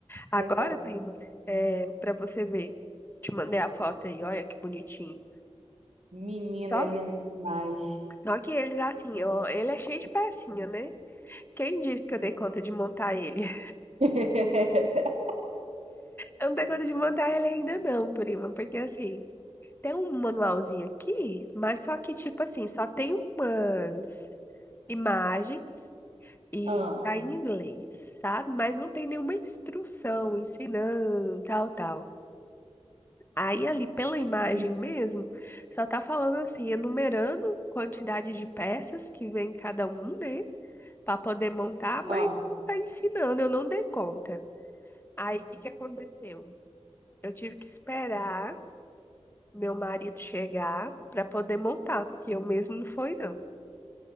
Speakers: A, on the left; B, on the right.
A: Agora,
B: Pois é.
A: prima, é, para você ver, te mandei a foto aí, olha que bonitinho.
B: Menina,
A: Só,
B: é lindo demais.
A: só que ele, assim, ó, ele é cheio de pecinha, né? Quem disse que eu dei conta de montar ele? <laughs>
B: <laughs>
A: Eu não dei conta de montar ele ainda não, prima, porque assim, Tem um manualzinho aqui, mas só que, tipo assim, só tem umas imagens e
B: Ah,
A: tá em inglês, sabe? Mas não tem nenhuma instrução ensinando, tal, tal. Aí ali pela imagem
B: en-
A: mesmo, só tá falando assim, enumerando quantidade de peças que vem em cada um, né? Pra poder montar, mas
B: ah,
A: não tá ensinando, eu não dei conta. Aí o que que aconteceu? Eu tive que esperar meu marido chegar pra poder montar, porque eu mesmo não fui, não.